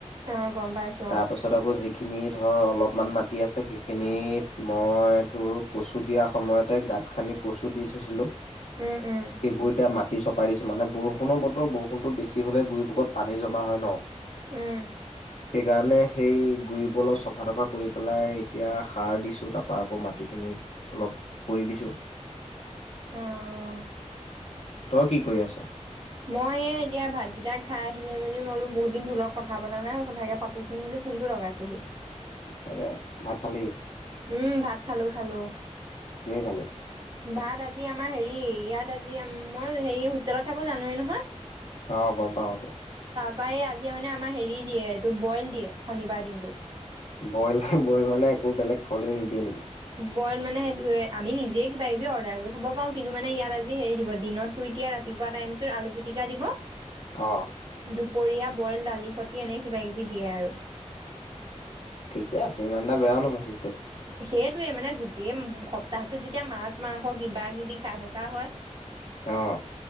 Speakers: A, on the right; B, on the left.
A: অ' গম পাইছো
B: তাৰপাছত
A: অ'।
B: আকৌ যিখিনি ধৰ অলপমান মাটি আছে সেইখিনিত, মই তোৰ কচু দিয়া সময়তে গাঁত খান্দি কচু দি থৈছিলো।
A: উম, উম।
B: এইবোৰ এতিয়া মাটি মাটি চপাই দিছো মানে বৰষুণৰ বতৰ ব বৰষুণটো বেছি হ'লে গুৰিপকত পানী জমা হয় ন?
A: উম,
B: সেইকাৰণে সেই গুৰিবোৰ অলপ চফা-তফা কৰি পেলাই এতিয়া সাৰ দিছোঁ, তাৰপা আকৌ মাটিখিনি অলপ কৰি দিছোঁ।
A: অ' অ'
B: তই কি কৰি আছ
A: মই এ এতিয়া ভাতকেইটা খাই আহি লৈ মেলি মই বোলো বহুত দিন তোৰ লগত কথা পাতা নাই মই কথাকে পাতোচোন বুলি ফোনটো লগাইছোহি।
B: তাকে ভাত খালি?
A: উম ভাত খালো খালো
B: কিহে খালি
A: ভাত আজি আজি আমাৰ হেৰি ইয়াত আজি মই হেৰি হোষ্টেলত থাকো জানো এ নহয়
B: অ গম পাওতো
A: ত এই আজিয় মানে আমাৰ হেৰি দিয়ে এইটো বইল দিয়ে শনিবাৰ দিনটো
B: বইল বইল মানে একো বেলেগ খাবলৈ নিদিয়ে নেকি?
A: বইলা মানে সেইটো এ আমি নিজেই কিবা কিবি অৰ্ডাৰ কৰি খাবো পাৰো কিন্তু মানে ইয়াত আজি হেৰি দিব দিনতটো এতিয়া ৰাতিপুৱা টাইমটো আলু পিটিকা দিব।
B: আহ
A: দুপৰীয়া বইল দালি সতি এনে কিবা কিবি দিয়ে আৰু
B: ঠিকে আছে ইমান এটা বেও নহয় চি
A: সেইটয়ে মানে গোটেই সপ্তাহটো যদি এতিয়া মাছ মাংস কিবা কিবি খাই থকা হয়
B: অ